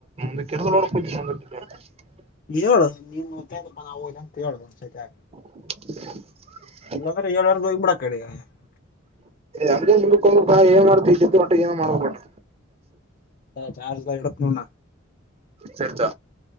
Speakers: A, on the right (about 30°); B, on the left (about 45°).
A: ಮು ಕೆ <unintelligible>
B: ಹೇಳ ನೀ ಅಂತ ಹೇಳಬ ಸೈ ಆ.
A: <unintelligible>
B: ಅಲ್ಲಾದ ಎಏಾರ ದ <unintelligible>
A: ಅಂಗ ಮುಂದ ಹೋಗಬೇಕ ಏನ್ ಮಾಡ್ತ ಇದಿದ್ದು ಒಟ್ಟ ಏನೋ ಮಾಡ್ಬೇಕಕ್ಟ.
B: ಚಾರ್ಜ್ ಇಲ್ಲ ಇದತನೊಡ
A: ಸರಿ ತೋ.